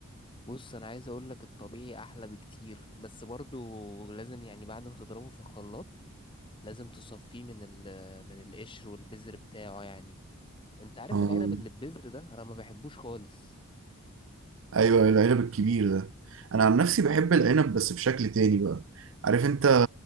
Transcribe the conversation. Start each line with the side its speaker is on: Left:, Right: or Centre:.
Left: بص أنا عايز أقولك الطبيعي أحلى بكتير بس برضو لازم يعني بعد ما تضربه في الخلاط لازم تصفيه من ال من القشر والبذر بتاعه يعني أنت عارف
Right: آه.
Left: العنب اللي ببذر ده أنا ما بحبوش خالص
Right: ايوه العنب الكبير ده انا عن نفسي بحب العنب بس بشكل تاني بقى عارف انت